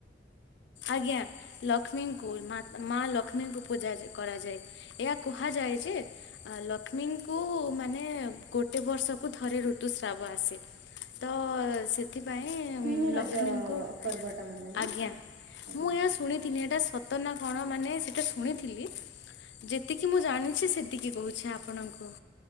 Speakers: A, on the left; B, on the right.
A: ଆଜ୍ଞା ଲକ୍ଷ୍ମୀଙ୍କୁ ମା ଲକ୍ଷ୍ମୀଙ୍କୁ ପୂଜା କରାଯାଏ। ଏହା କୁହାଯାଏ ଯେ ଲକ୍ଷ୍ମୀଙ୍କୁ ମାନେ ଗୋଟେ ବର୍ଷକୁ ଥରେ ଋତୁସ୍ରାବ ଆସେ ତ ସେ ସେଥିପାଇଁ
B: ହିଁ ରଜ
A: ଲକ୍ଷ୍ମୀଙ୍କୁ
B: ପର୍ବ ଟା ମନାଯାଏ
A: ଆଜ୍ଞା
B: ନା। ହଁ
A: ମୁଁ ଏହା ଶୁଣି ତିନିଟା ସତ ନା କଣ ମାନେ ସେଇଟା ଶୁଣିଥିଲି ଯେତିକି ମୁଁ ଜାଣିଛି ସେତିକି କହୁଛି ଆପଣଙ୍କୁ।